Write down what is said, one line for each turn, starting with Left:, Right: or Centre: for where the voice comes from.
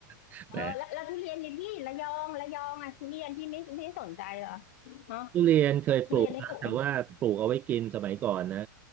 Right: <laughs>
Left: เออแล้วแล้วทุเรียนนี่พี่ระยองระยองอ่ะทุเรียนพี่ไม่ไม่สนใจเหรอ
Right: แหม
Left: เนาะ
Right: ทุเรียนเคยปลูกครับแต่ว่าปลูกเอาไว้กินสมัยก่อนนะ
Left: ทุเรียนได้ปลูกไหม